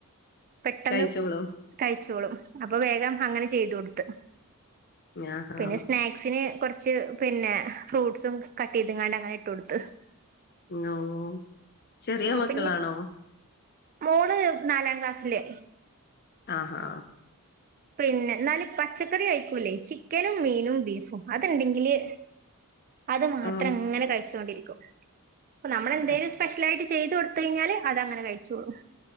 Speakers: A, on the right; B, on the left.
A: പെട്ടെന്ന്
B: കഴിച്ചോളൂ
A: കഴിച്ചോളും അപ്പൊ വേഗം അങ്ങനെ ചെയ്ത് കൊടുത്ത്
B: ആഹാ
A: പിന്നെ സ്നാക്സിന് കൊറച്ച് പിന്നെ ഫ്രൂട്ട് സും കട്ട് ചെയ്ത്ങ്ങാണ്ട് അങ്ങനെ ഇട്ട് കൊടുത്ത്
B: ഓഹ് ചെറിയ
A: അപ്പൊ
B: മക്കളാണോ
A: ഇനി മോള് നാലാം ക്ലാസ്സില്
B: ആഹ് ഹാ
A: പിന്നെ ഇന്നാല് പച്ചക്കറി കയിക്കൂലെയ് ചിക്കനും മീനും ബീഫും അത്ണ്ടെങ്കില് <inaudible> അത് മാത്രം
B: ഓ
A: ഇങ്ങനെ കഴിച്ചോണ്ടിരിക്കും. ഇപ്പൊ നമ്മളെന്തേലും
B: അച്ച
A: സ്പെഷ്യലായിട്ട് ചെയ്ത് കൊടുത്ത കൊടുത്ത് കഴിഞ്ഞാല് അത് അങ്ങനെ കഴിച്ചോളും